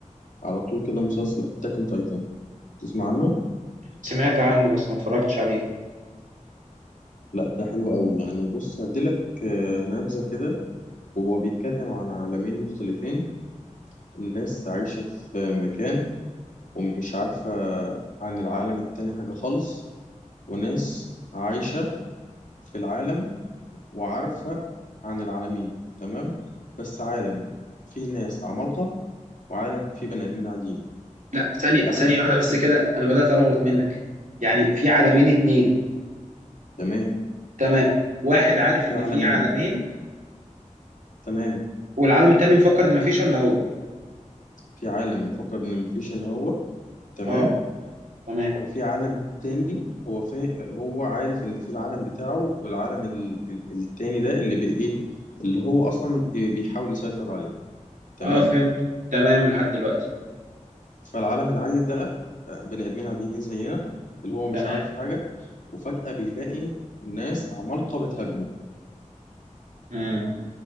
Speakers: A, on the left (about 75°); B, on the right (about 75°).
A: على طول كده مسلسل اتاك اون تايتان تسمع عنه
B: سمعت عنه بس ما اتفرجتش عليه
A: لا ده حلو قوي يعني بص هديلك آه، نبذه كده هو بيتكلم عن عالمين مختلفين الناس عايشه في مكان ومش عارفه عن العالم التاني حاجه خالص وناس عايشه في العالم وعارفه عن العالمين تمام بس عالم فيه ناس عمالقه وعالم فيه بني ادمين عاديين
B: لا ثانيه
A: الاحداث
B: ثانيه
A: بتحصل
B: واحده بس كده انا بدات ارغوت منك يعني في عالمين اتنين
A: تمام
B: تمام واحد عارف
A: في
B: ان
A: عالمين
B: في عالمين
A: تمام
B: والعالم التاني مفكر ان مفيش الا هو
A: في عالم مفكر ان مفيش ان هو تمام
B: اه تمام
A: وفي عالم تاني هو فا... هو عارف ان في العالم بتاعه والعالم ال... ال... التاني ده اللي بي... ايه اللي هو اصلا بيحاول يسيطر عليه تمام
B: اه فهمت تمام لحد دلوقتي
A: فالعالم العادي ده آه، بني ادمين عاديين زينا اللي هو مش
B: تمام
A: عارف حاجة وفجأة بيلاقي ناس عمالقة بتهاجمه
B: امم